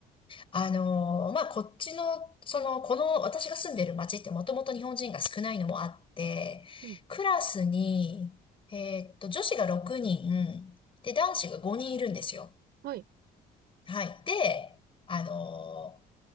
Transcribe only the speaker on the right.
うん、
はい。